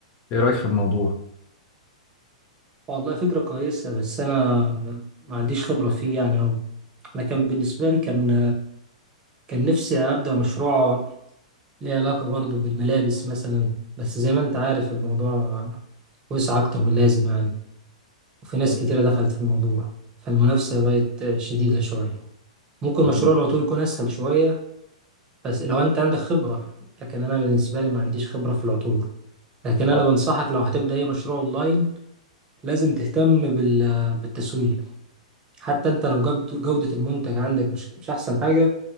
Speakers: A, on the left; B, on the right.
A: ايه رأيك في الموضوع
B: والله فكرة كويسة بس أنا ما عنديش خبرة فيه يعني أهو أنا كان بالنسبة لي كان كان نفسي أبدأ مشروع ليه علاقة برضه بالملابس مثلا بس زي ما أنت عارف الموضوع وسع أكتر من اللازم يعني وفي ناس
A: طب
B: كتيرة دخلت في الموضوع فالمنافسة بقت شديدة شوية ممكن
A: طب-
B: مشروع العطور يكون أسهل شوية بس لو أنت عندك خبرة لكن أنا بالنسبة لي ما عنديش خبرة في العطور لكن أنا
A: آه،
B: بنصحك لو هتبدأ أي مشروع أونلاين لازم تهتم بال- بالتسويق حتى انت لو جبد- جودة المنتج عندك مش مش احسن حاجة